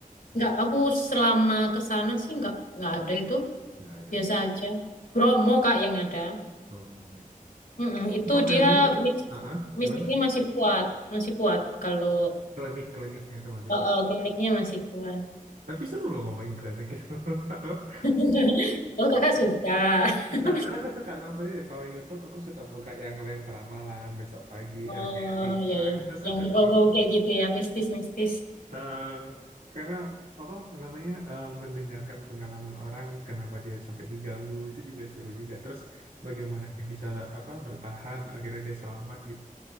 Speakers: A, on the left; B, on the right.
A: Enggak, aku selama ke sana sih enggak, enggak ada itu.
B: nggak ada
A: Biasa
B: ya.
A: aja. Bromo, Kak, yang ada.
B: Promo ya.
A: Mm-mm,
B: Terus
A: Itu
B: Pas Februari,
A: dia mis-
B: ah ah,
A: mistiknya
B: gimana?
A: masih kuat. Masih kuat kalau
B: Klinik-kliniknya itu masih
A: uh,
B: kuat.
A: kliniknya masih kuat.
B: Tapi seru loh ngomongin klinik gitu. <laughs>
A: <laughs> Oh, Kakak suka. <laughs>
B: Nah, karena aku suka nonton itu. Kalau YouTube, aku suka buka yang Lentera Malam, Besok Pagi,
A: Oh
B: rcl lima
A: iya iya,
B: Itu suka
A: yang berbau
B: nonton.
A: kayak gitu ya, mistis-mistis.
B: Eh, karena apa namanya eh, mendengarkan pengalaman orang kenapa dia sampai diganggu itu juga seru juga terus bagaimana dia bisa apa bertahan akhirnya dia selamat gitu